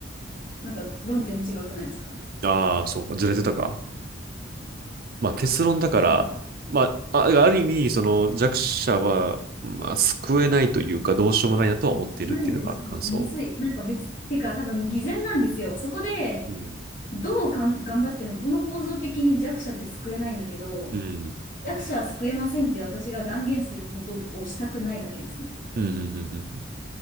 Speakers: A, on the left; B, on the right.
A: なんか論点違くないですか
B: ああ、そうか、ずれてたか。まあ結論だから、
A: うん、
B: まあ、あある意味、その弱者は、まあ、救えないというか、どうしようもないなとは思っているっていうのが感想。
A: マジでさ、むずい。なんか別、ていうか多分偽善なんですよ。そこで
B: うん。
A: どうかん頑張ってもこの構造的に弱者って救えないんだけど、
B: うん。
A: 弱者は救えませんって私が断言することをしたくないだけですね。
B: うん。うん。うん。